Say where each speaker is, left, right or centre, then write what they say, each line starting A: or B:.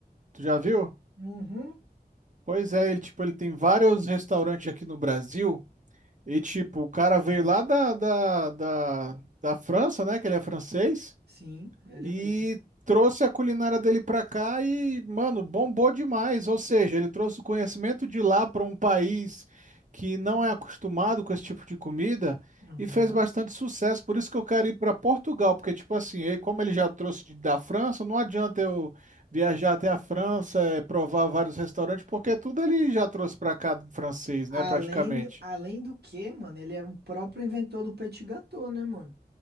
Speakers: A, on the right; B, on the right.
A: Tu já viu?
B: Uhum.
A: Pois é, ele, tipo, ele tem vários restaurantes aqui no Brasil. E, tipo, o cara veio lá da, da, da, da França, né? Que ele é francês.
B: Sim, ele
A: e
B: é mesmo.
A: trouxe a culinária dele pra cá e, mano, bombou demais. Ou seja, ele trouxe o conhecimento de lá para um país que não é acostumado com esse tipo de comida
B: Aham.
A: e fez bastante sucesso. Por isso que eu quero ir para Portugal, porque, tipo assim, ele, como ele já trouxe de- da França, não adianta eu viajar até a França, eh, provar vários restaurantes, porque tudo ele já trouxe pra cá francês,
B: Além
A: né, praticamente.
B: do, além do que, mano, ele é o próprio inventor do petit gâteau, né, mano?